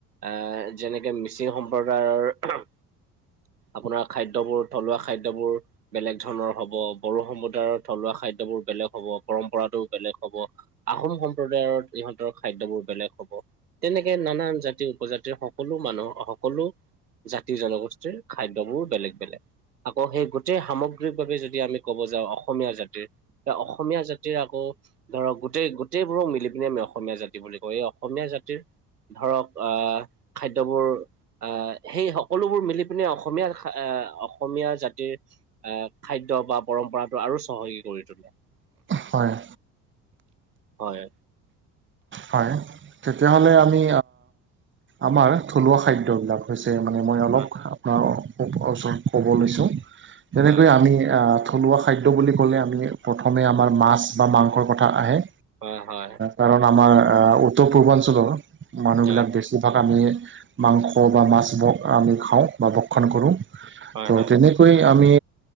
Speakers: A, on the right; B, on the right.
A: এ যেনেকে মিচিং সম্প্ৰদায়ৰ আপোনাৰ খাদ্যবোৰ থলুৱা খাদ্যবোৰ বেলেগ ধৰণৰ হব, বড়ো সম্প্ৰদায়ৰ থলুৱা খাদ্যবোৰ বেলেগ হব পৰম্পৰাটো বেলেগ হব। আহোম সম্প্ৰদায়ৰ ইহঁতৰ খাদ্যবোৰ বেলেগ হব। তেনেকে নানান জাতিৰ উপজাতিৰ সকলো মানুহ সকলো জাতি জনগোষ্ঠীৰ খাদ্যবোৰ বেলেগ বেলেগ, আকৌ সেই গোটেই সাম গ্ৰিক বাৱে যদি আমি ক'ব যাওঁ অসমীয়া জাতিৰ, অসমীয়া জাতিৰ আকৌ ধৰক গোটেই গোটেইবোৰক মিলি পিনি আমি অসমীয়া জাতি বুলি কওঁ, এই অসমীয়া জাতিৰ ধৰক অহ খাদ্যবোৰ আহ সেই সকলোবোৰ মিলি পিনে অসমীয়া আহ অসমীয়া জাতিৰ আহ খাদ্য বা পৰম্পৰাটো আৰু চহকী কৰি তোলে।
B: হয়।
A: হয়।
B: হয় তেতিয়াহ'লে আমি আমাৰ থলুৱা খাদ্যবিলাক হৈছে মানে মই অলপ
A: হয়
B: আপোনাৰ ওচৰত ক'ব লৈছোঁ। যেনেকৈ
A: হয়
B: আমি থলুৱা খাদ্য বুলি ক'লে আমি প্ৰথমে আমাৰ মাছ বা মাংসৰ কথা আহে।
A: হয়, হয়।
B: কাৰণ আমাৰ উত্তৰ পূৰ্বাঞ্চলৰ মানুহবিলাক
A: হয়
B: বেছি যিভাগ আমি মাংস বা মাছ ম আমি খাওঁ। বা ভক্ষণ কৰোঁ
A: হয়
B: তো
A: হয় হয়
B: তেনেকে কৈ আমি